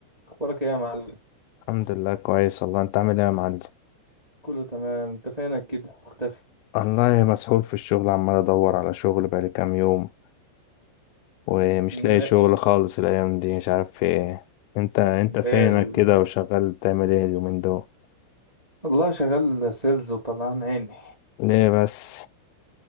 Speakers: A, on the right (about 45°); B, on the left (about 85°).
A: اخبارك ايه يا معلم
B: الحمد لله كويس والله انت عامل ايه يا معلم
A: كله تمام انت فينك كده مختفي
B: والله مسحول في الشغل عمال ادور على شغل بقالي كام يوم ومش
A: لا
B: لاقي شغل خالص الايام دي مش عارف في ايه انت انت فينك
A: إيه ال...
B: كده وشغال بتعمل ايه اليومين دول
A: والله شغال سيلز وطلعان عيني
B: ليه بس